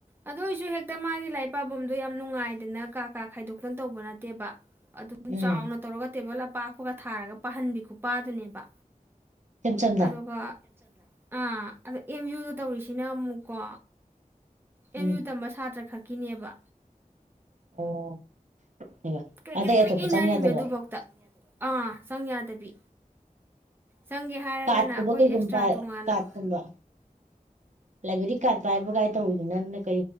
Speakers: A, on the right; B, on the right.
A: ꯑꯗꯨ ꯑꯣꯏꯖꯨ ꯍꯦꯛ ꯑꯗ ꯃꯥꯒꯤ ꯂꯥꯏꯔꯤꯛ ꯄꯥꯕꯝꯗꯣ ꯌꯥꯝ ꯅꯨꯡꯉꯥꯏꯗꯅ ꯀꯥ ꯀꯥ ꯈꯥꯏꯗꯣꯛꯇꯅ ꯇꯧꯕ ꯅꯠꯇꯦꯕ꯫ ꯑꯗꯨꯝ
B: ꯎꯝ
A: ꯆꯥꯎꯅ ꯇꯧꯔꯒ ꯇꯦꯕꯜ ꯑꯞ ꯄꯥꯛꯄꯒ ꯊꯥꯔꯒ ꯄꯥꯍꯟꯕꯤ ꯈꯨꯄꯥꯗꯨꯅꯦꯕ꯫
B: ꯏꯆꯝ ꯆꯝꯅ
A: ꯑꯗꯨꯒ ꯑꯥ ꯑꯗ ꯑꯦꯝ ꯌꯨꯗ ꯇꯧꯔꯤꯁꯤꯅ ꯑꯃꯨꯛꯀꯣ꯫ ꯑꯦꯝ
B: ꯎꯝ
A: ꯌꯨ ꯇꯝꯕ ꯁꯥꯇ꯭ꯔ ꯈꯛ꯫ ꯀꯤꯅꯦꯕ꯫
B: ꯑꯣ꯫ ꯑꯌꯥ
A: ꯀ꯭ꯔꯤꯛ
B: ꯑꯇꯩꯩ
A: ꯀ꯭ꯔꯤꯛ ꯀ꯭ꯔꯤꯛ
B: ꯑꯇꯣꯞꯄ
A: ꯏꯟꯅꯔꯤꯃꯦ
B: ꯆꯪ ꯌꯥꯗꯕꯔꯣ꯫
A: ꯑꯗꯨꯐꯧꯗ ꯑꯥ ꯆꯪ ꯌꯥꯗꯕꯤ꯫ ꯆꯪꯒꯦ ꯍꯥꯏꯔꯒꯅ
B: ꯀꯥꯔꯠꯀꯨꯝꯕ
A: ꯑꯩꯈꯣꯏ
B: ꯀꯩꯒꯨꯝꯕ
A: ꯑꯦꯛꯁꯇ꯭ꯔꯥ ꯇꯣꯉꯥꯟꯅ꯫
B: ꯀꯥꯔꯠꯀꯨꯝꯕ ꯂꯥꯏꯕ꯭ꯔꯦꯔꯤ ꯀꯥꯠ ꯄꯥꯏꯕ ꯀꯥꯏ ꯇꯧꯕꯗꯨꯅ ꯅꯣꯏ